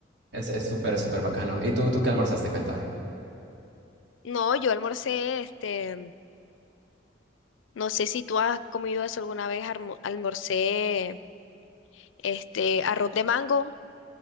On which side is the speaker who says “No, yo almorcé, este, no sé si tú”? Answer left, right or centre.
Left